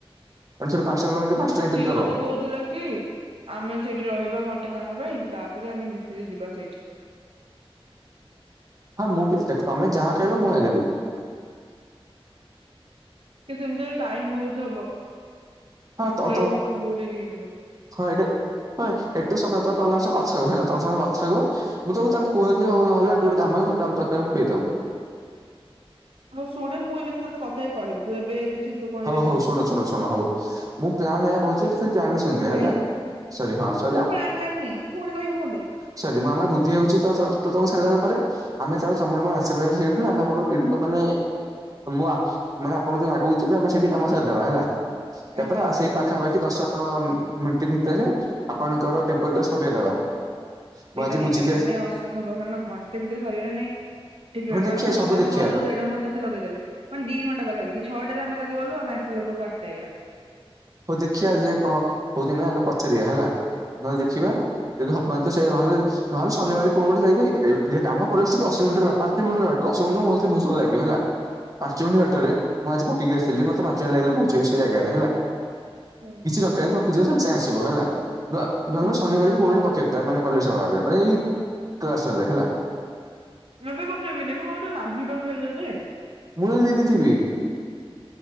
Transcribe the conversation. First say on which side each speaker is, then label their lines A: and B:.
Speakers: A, on the right; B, on the right.
A: ମାନେ ସେଟି ପାଞ୍ଚଟାରେ ମାନେ ତ ପାଞ୍ଚଟାରେ
B: ସିଏ
A: ଏଣ୍ଟ୍ରି ଦବ।
B: ମତେ କହୁଥିଲେ କି ଆମେ ସେଇଟି ରହିବା ଘଣ୍ଟେ ତାଙ୍କ ପାଇଁ ତାପରେ ଆମେ ମିଶିକି ଯିବା ସେଇଠି।
A: ହଁ ମୁଁ ବି ସେକ୍ଟ୍ ତମେ ଯାହା ଖାଇବ ମୁଁ ଆଗ୍ରି।
B: କିନ୍ତୁ ଏମତି ହେଲେ ଟାଇମ୍ ବହୁତ ହବ
A: ହଁ
B: ଆସିଲା
A: ତ ତ
B: ବେଳୁକୁ ଆମୁକୁ ବହୁତ ଡେରି ହେଇଯିବ।
A: ହଁ ଏଇଟି ହଁ ଏଟୁ ସଫା ତମେମାନେ ସବୁ କଥା ହୁଅ ହେଲା ତମ ସବୁ କଥା ହୁଅ। ମୁଁ ସବୁ ତାଙ୍କୁ କହିଥିଲି ହଉ ନ ହେଲେ ତୁ ଗୋଟେ କାମ କର ତତେ ଆମେ ତତେ ଆମେ ଖୁଏଇ ଦବୁ।
B: ହଁ ଶୁଣେ ମୁଁ ଏ ବିଷୟରେ ତତେ କଥା ହେଇ କହିବି ତୁ ଏବେ କିଛି ତୁ କହିଲେ
A: ହଉ
B: କଣ
A: ହଉ
B: ହବ
A: ଶୁଣ ଶୁଣ ଶୁଣ ହଉ ମୁଁ ପ୍ଲାନ୍ ଏୟା କହୁଥିଲି ଯେ ତୁ ପ୍ଲାନଟା ଶୁଣି ଦେ
B: ପୁଣି
A: ହେଲା। ସରି ହଁ ସ
B: ମୁଁ ପ୍ଲାନ ଜାଣିନି ପୁଣି କହିବୁ ମତେ।
A: ସରି ମୁଁ ଆମର ବୁଦ୍ଧି ହଉଛି ତ ସର୍ତ୍ତ ସବୁ ସାରିଦେଲା ପରେ ଆମେ ସିଆଡୁ ସମୁର ମୋର ଆସିବୁ ହେଲେ ସେଇଠୁ ଆମେ ଆମର ଏଇଠୁ ମାନେ ମୁଁ ଆ ମାନେ ଆପଣ ଯୋଉ ଆଗକୁ ଯିବେ ଆମେ ସେଇଠି କାମ ସାରିଦବା ହେଲା ତାପରେ
B: ଆଜ୍ଞା
A: ଆ ସେଇ ପାଖାପାଖି ଦଶ ହଁ ମିଟି ଭିତେରେ ଆପଣଙ୍କର ଟେମ୍ପରଗ୍ଲାସ୍ ପକେଇଦବା। ମୁଁ
B: ସେଇଟା
A: ଆଜି
B: ହେଇପାରିବ
A: ବୁଝିକି ଆସି
B: ନା ନାଇଁ ଅସମ୍ଭବ କାରଣ ଘଣ୍ଟେ ଭିତେରେ ସରିବ ନା ନାଇଁ। ଘେରଣ
A: ହଁ ଦେଖିବା
B: କାଲି
A: ସବୁ
B: ତ ଆମ
A: ଦେଖିବା
B: ଘରୁକୁ ଦେଢ ଘଣ୍ଟା ଲଗେଇଦେଲେ ମାନେ ଦି ଘଣ୍ଟା ପାଖାପାଖି ଛ ଟାରେ ଆମେ ଗାଧେ ଗଲୁ ଆମେ ଆସିଲା ଘରୁ ଆଟ୍ ଟା ହେଇଗଲା।
A: ହଉ ଦେଖିଆ ଯେ କଁ ହଉଛି ନାଇଁ ଆଗ ପଚାରିଆ ହେଲା ନଲେ ଦେଖିବା
B: ହୁଁ
A: ଯଦି ହବ ତ ସେ ଭଲସେ <inaudible> ନହେଲେ ଶନିବାର କୋଉ ଗୋଟେ ଯାଇକି <unintelligible> ଆମ କଲେଜ୍ ଠୁ ଦଶ ମିନିଟ୍ ର ପାଞ୍ଚ ମିନିଟ୍ ର ବାଟ ଦଶ ମିନିଟ୍ ତ ମୁଁ <unintelligible> ଭାବୁଛି ବହୁତ ସମୟ ଲାଗିବ ହେଲା। ପାଞ୍ଚ ମିଟି ବାଟରେ ମୁଁ ଆଜି ପକେଇକି ଆସିଥିଲି ମତେ ପାଞ୍ଚ ମିନିଟ୍ ଲାଗିଲା ପହଞ୍ଚିଆକୁ ସେ ଜାଗାରେ ହେଲା।
B: ହୁଁ
A: <unintelligible> ରଖେଇବାର ରଖିଥିବ ସାଙ୍ଗେ ସାଙ୍ଗେ ଆସିବ ହେଲା ହେଲା ନହେଲେ
B: ହୁଁ
A: ଶନିବାର ବି ଗୋଲ୍ଡ କପ୍ କିତାବ୍ ମାନେ କଲେଜ ବାର୍ ରେ ଭେଇ କ୍ଲାସ୍ ସଲେ ହେଲା।
B: ଏବେ ପକେଇବିନି ମୁଁ ଘରେ ନାହିଁ ବା କହିଲି ତତେ।
A: ମୁଁ ହେଲେ ଦେଇଥିବି। <inaudible>